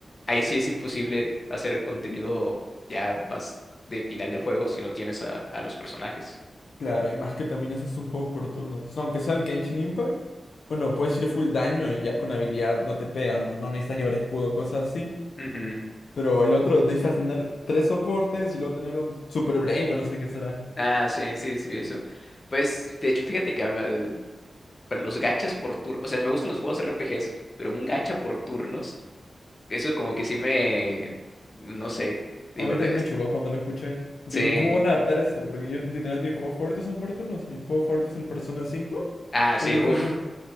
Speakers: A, on the left; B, on the left.
A: ahí sí es imposible hacer el contenido ya más de final de juego si no tienes a, a los personajes.
B: Claro, y más que también ese es un juego por turnos. O sea, aunque sea el Genshin Impact, bueno, puedes ir full daño y ya con habilidad no te pegan, no, no necesitas llevar escudo, cosas así.
A: Ujú.
B: Pero el otro necesitas tener tres soportes y luego tener un super break o no sé qué será.
A: Ah, sí, sí, sí, vi eso. Pues, de hecho, fíjate que pero los gachas por turnos, o sea, me gustan los juegos R P RPGs, pero un gacha por turnos, eso como que sí me, no sé, digo,
B: A mí también
A: eh,
B: me
A: es-
B: chocó cuando lo escuché. Porque
A: sí,
B: dije, ¿cómo van a adaptar esto? Porque yo literalmente mis juegos favoritos son por turnos. Mi juego favorito es el Persona 5.
A: ah, sí,
B: Entonces
A: uff,
B: fue como,